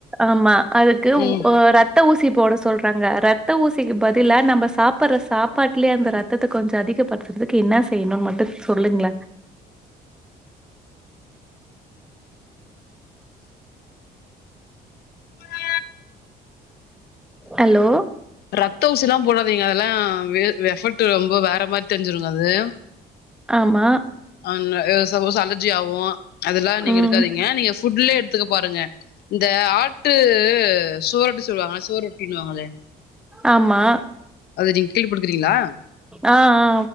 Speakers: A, in the centre; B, on the left.
A: ஆமா அதுக்கு
B: ம்
A: வு அ ரத்த ரத்த ஊசி போட சொல்றாங்க ரத்த ஊசிக்கு பதிலா நம்ம சாப்ட்ற சாப்பாட்லயே அந்த ரத் ரத்தத்த கொஞ்சோ அதிகப்படுத்றதுக்கு என்னா செய்யணும் மட்டு சொல்லுங்க
B: <inaudible>
A: ஹலோ
B: ரத்த ஊசிலா போடாதிங்க அதுலா வெ எஃபெக்ட்டு ரொம்ப வேற மாரி தெரிஞ்சிருங்க அது
A: ஆமா
B: ஆன்ன ஏ சப்போஸ் அலர்ஜி ஆவூ அதெல்லா நீங்க
A: ம்
B: எடுக்காதிங்க நீங்க ஃபுட்லே எடுத்துக்க பாருங்க இந்த ஆட்டூ சுவரொட்டி சொல்லுவாங்க சுவரொட்டின்னுவாங்களே
A: ஆமா
B: அது நீங் கீழப்படுக்றீங்ளா
A: ஆ ஆ